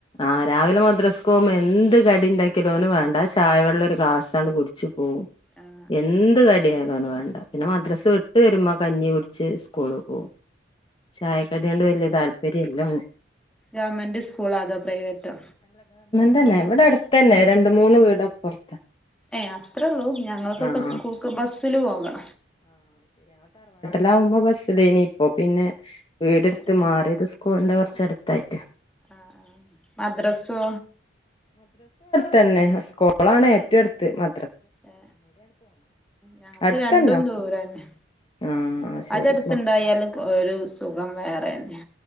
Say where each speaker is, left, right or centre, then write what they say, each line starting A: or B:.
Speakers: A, on the left; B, in the centre.
A: ആ രാവിലെ മദ്രസ്കോവുമ്പൊ എന്ത് കടിണ്ടാ കിലോന് വേണ്ട ചായ വെള്ളം
B: ഇല്ല
A: ഒരു ഗ്ലാസ്സാണ് കുട് ഓ
B: ആഹ്
A: എന്ത്
B: ആഹ് ആഹ്
A: കടിയായാലും ഓന് വേണ്ട പിന്നെ മദ്രാസ് വിട്ട് വരുമ്പോ കഞ്ഞി കുട്ച്ച് സ്കൂള് പോവും ചായക്കടിയോണ്ട് വല്യ താല്പര്യല്ല ഓന്
B: ഗവമെന്റ് സ്കൂ ളതോ പ്രൈവറ്റോ
A: ന്റന്നെ വടെ അടുത്തന്നെ രണ്ട് മൂന്ന് വീ ദപ്പറത്ത
B: ഏ അത്രള്ളൂ ഞങ്ങൾക്കൊക്കെ
A: ആഹ്
B: സ്കൂൾക്ക് ബസ്സ്ല് പോക
A: ലാവുമ്പോ ബസ്സ്ലേനി പ്പൊ പിന്നെ വീടട്ത്ത്
B: ഏഹ്
A: മാറിയത് സ്കൂളിന്റെ കുറച്ച് ചെടുത്തായിറ്റ
B: ആആ മദ്രാസോ
A: തന്നെ സ്കോളാണ് ഏറ്റവും അടുത്ത് മ
B: ഏ ഞങ്ങൾക്ക്
A: അടുത്തന്നെ
B: രണ്ടും
A: ഒക്കെ
B: ദൂരംന്നെ
A: ആഹ് ശരി
B: അതടുത്തണ്ടായാലും ഒരു സുഖം വേറെന്നെ